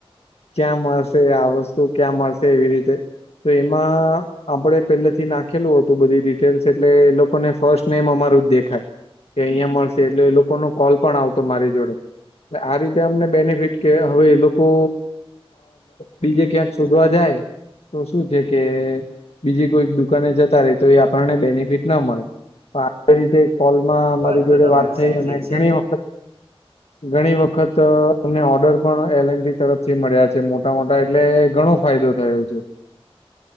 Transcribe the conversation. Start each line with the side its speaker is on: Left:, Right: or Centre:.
Left: ક્યાં મળશે આ વસ્તુ ક્યાં મળશે એવી રીતે. તેમાં આપડે પહેલે થી નાખેલું હતું બધી ડિટેલ્સ એટલે એ લોકોને ફર્સ્ટ નેમ અમારું જ દેખાય. કે અહિયાં મળશે એટલે એ લોકો ન કોલ પણ આવતો મારી જોડે. એટલે આ રીતે અમને બેનિફિટ કે હવે એ લોકો બીજે ક્યાંક શોધવા જાય. તો શું છે કે બીજી કોઈક દુકાને જતા રે તો એ આપણને બેનિફિટ ના મળે. આવી રીતે કોલમાં અમારી
Right: વાત તો
Left: જોડે
Right: તમારી
Left: વાત થઈ
Right: સાચી
Left: અને
Right: જ છે
Left: ઘણી વખત ઘણી વખત અમને ઓર્ડર પણ એલ એન તરફથી મળ્યા છે મોટા મોટા એટલે ઘણો ફાયદો થયો છે.